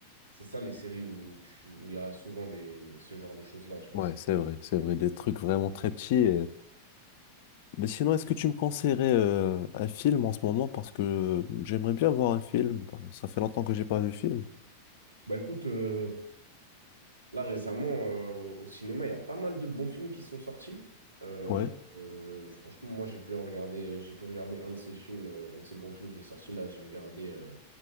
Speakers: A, on the right; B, on the left.
A: C'est ça les séries où tu où il y a souvent des ce genre de choses-là, tu vois.
B: Ouais,
A: c'est-
B: c'est vrai, c'est vrai. Des trucs vraiment très petits. Mais sinon, est-ce que tu me conseillerais euh, un film en ce moment? Parce que j'aimerais bien voir un film. Bah, Ça fait longtemps que j'ai pas vu de film.
A: Bah écoute, euh, là récemment euh, au cinéma, il y a pas mal de bons films qui sont sortis. Euh,
B: Ouais,
A: euh, franchement, moi j'ai pu en regarder, j'ai pu regarder un de ces films, euh, un de ces bons films qui est sorti là. J'ai regardé euh,